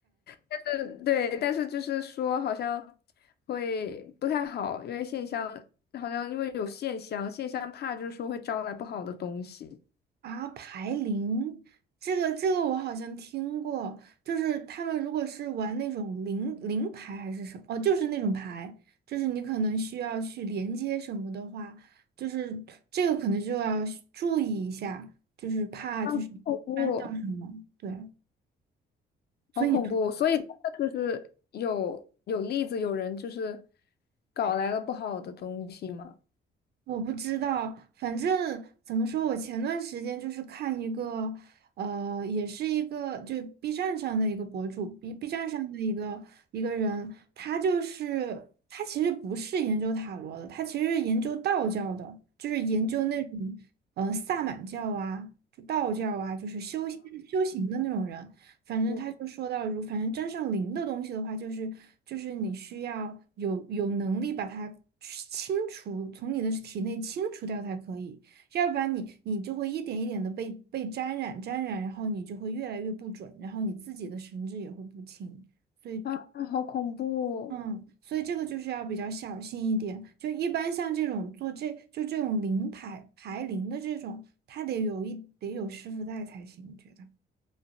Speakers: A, on the left; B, on the right.
A: 但是对，但是就是说好像会不太好，因为线香好像因为有线香，线香怕就是说会招来不好的东西。
B: 啊，牌灵，这个这个我好像听过，就是他们如果是玩那种灵灵牌还是什么，哦，就是那种牌，就是你可能需要去连接什么的话，就是这个可能就要需注意一下，就是怕就是翻到什么，
A: 好恐怖，
B: 对。所以
A: 好恐怖！所以真的就是有有例子，有人就是搞来了不好的东西嘛。
B: 我不知道，反正怎么说，我前段时间就是看一个，呃，也是一个就 B 站上的一个博主，B B 站上的一个一个人，他就是他其实不是研究塔罗的，他其实是研究道教的，就是研究那种，呃，萨满教啊，就道教啊，就是修仙修行的那种人。反正他就说到，
A: 嗯，
B: 如反正沾上灵的东西的话，就是就是你需要有有能力把它清除，从你的体内清除掉才可以，要不然你你就会一点一点的被被沾染沾染，然后你就会越来越不准，然后你自己的神智也会不清，所以。
A: 啊，好恐怖
B: 嗯，所以这个就是要比较小心一点。就一般像这种做这就这种灵牌牌灵的这种，他得有一得有师傅在才行，觉得。